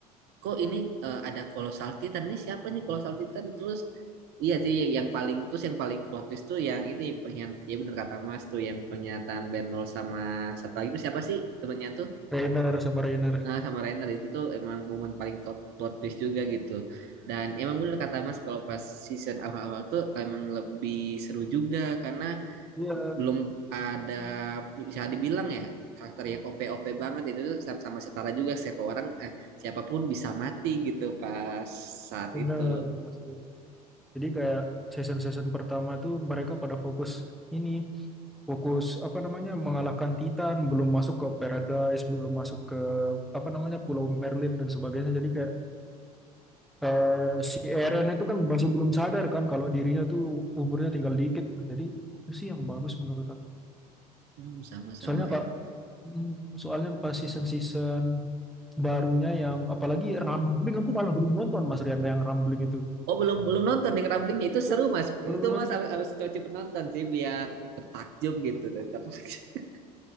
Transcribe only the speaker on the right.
kok ini eh, ada colossal titan nih siapa nih colossal titan terus iya sih yang paling terus yang paling plot twist tuh yang itu pengen ya bener kata Mas tuh yang pernyataan Benol sama satu lagi itu siapa sih temennya tuh
nah sama Rainer itu tuh emang momen paling plot, plot twist juga gitu dan emang bener kata Mas kalau pas season awal-awal tuh emang lebih seru juga karena
belum ada bisa dibilang ya karakter yang OP-OP banget itu tuh sama, sama setara juga siapa orang eh, siapapun bisa mati gitu pas saat
itu
Hmm, sama-sama
ya.
Oh belum belum nonton yang ramblingnya itu
seru mas
itu
mas harus harus coba penonton sih biar tertakjub gitu tertakjub. <laughs>